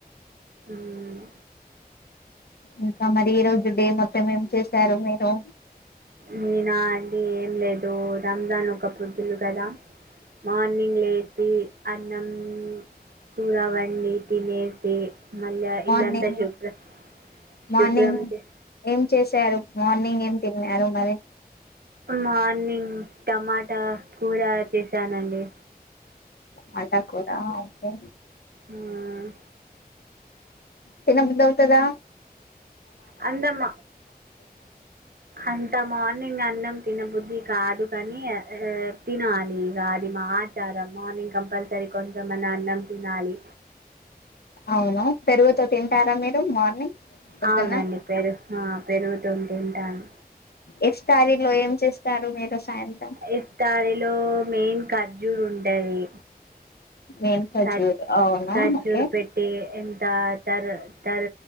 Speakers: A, on the right (about 70°); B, on the left (about 80°).
A: ఉమ్మ్
B: ఇంకా మరి ఈ రోజు డే మొత్తం ఏం చేశారు మీరు
A: నేనా అండి ఏం లేదు రంజాన్ ఒక్కపొద్దులు కదా మార్నింగ్ లేపి అన్నం కూర వండి తినేసి మళ్ళ
B: మార్నింగ్
A: ఇల్లంతా శుభ్ర
B: మార్నింగ్
A: శుభ్రం చే
B: ఏం చేశారు మార్నింగ్ ఏం తిన్నారు మరి
A: మార్నింగ్ టమాటా కూర చేశానండి
B: మాటా కూరా ఓకే
A: ఉమ్మ్
B: తిన బుద్దౌతదా
A: అందమా అంత మానింగ్ అన్నం తిన బుద్ధి కాదు కాని ఆ తినాలి ఇక అది మా ఆచారం మార్నింగ్ కంపల్సరీ కొంచమన్నా అన్నం తినాలి
B: అవునా పెరుగుతో తింటారా మీరు మార్నింగ్ పొద్దున్న
A: అవునండి పెరు ఆ పెరుగుతోని తింటాను
B: ఎస్టారీలో ఏం చేస్తారు మీరు సాయంత్రం
A: ఈ తారిలో మెయిన్ ఖర్జూలు ఉంటాది
B: మేన్ ఖజూర్
A: ఆ
B: అవునా
A: ఖర్జూ
B: ఓకే
A: పెటి ఇంకా దా తర తర